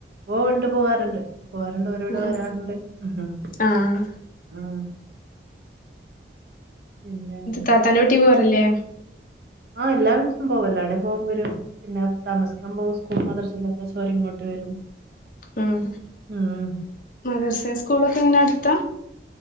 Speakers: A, on the right; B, on the left.
A: ഓ ഉണ്ട് പോവാറുണ്ട് പോവാറുണ്ട് ഓര് ഇവ്ടെ
B: ഉം
A: വരാറുണ്ട് ഹും
B: ആഹ്
A: ആ പിന്നെ
B: താത്താന്റെ കുട്ടി പോവാറില്ലേ
A: ആഹ് എല്ലാവർക്കും പോവല്ലോ എവിടെ പോകും വരും പിന്നെ താമസിക്കാൻ പോകും സ്കൂൾ മദർച്ചല്ലാത്ത സ്വര് ഇങ്ങോട്ട് വരും
B: ഉം
A: ഉം
B: മദർസെ സ്കൂളൊക്കെ എങ്ങനെ അടുത്ത